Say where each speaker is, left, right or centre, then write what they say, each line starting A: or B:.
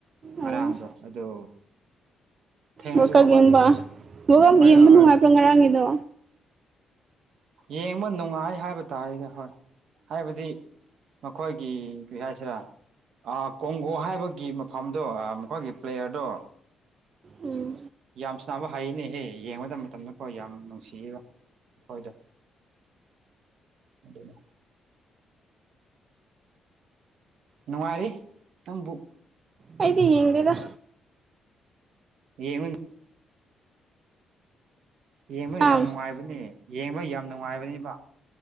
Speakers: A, on the right; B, on the right.
A: ꯉꯔꯥꯡꯗꯣ
B: ꯑꯣ
A: ꯑꯗꯨ ꯊꯦꯡꯅꯁꯨ
B: ꯋꯥꯀꯛ
A: ꯍꯧꯒꯠꯂꯦ
B: ꯌꯦꯡꯕ ꯀꯨꯛ
A: ꯍꯣꯏ
B: ꯌꯦꯡꯕ
A: ꯍꯣꯏ ꯍꯣꯏ
B: ꯅꯨꯡꯉꯥꯏꯕ꯭ꯔꯣ ꯉꯔꯥꯡꯒꯤꯗꯣ
A: ꯌꯦꯡꯕ ꯅꯨꯡꯉꯥꯏ ꯍꯥꯏꯕ ꯇꯥꯔꯦꯗꯤ ꯍꯣꯏ ꯍꯥꯏꯕꯗꯤ ꯃꯈꯣꯏ ꯄꯕꯤꯍꯁꯤꯔꯥ ꯀꯣꯡꯒꯣ ꯍꯥꯏꯕꯒꯤ ꯃꯐꯝꯗꯣ ꯃꯈꯣꯏꯒꯤ ꯄ꯭ꯂꯦꯌꯔꯗꯣ
B: ꯎꯝ
A: ꯌꯥꯝ ꯆꯅꯕ ꯍꯔꯤꯅꯦꯍꯦ ꯌꯦꯡꯕꯗ ꯃꯇꯝꯗꯐꯥꯎ ꯌꯥꯝ ꯅꯨꯡꯁꯤꯌꯦꯕ ꯍꯣꯏꯗ ꯑꯗꯨꯅꯦ ꯅꯨꯡꯉꯥꯏꯔꯤ ꯅꯪꯕꯨ
B: ꯑꯩꯗꯤ ꯌꯦꯅꯤꯡꯗꯗ
A: ꯌꯦ ꯍꯧ ꯌꯦꯡꯕ ꯌꯥꯝ
B: ꯑꯥ
A: ꯅꯨꯡꯉꯥꯏꯕꯅꯦ ꯌꯦꯡꯕ ꯌꯥꯝ ꯅꯨꯡꯉꯥꯏꯕꯅꯦꯕ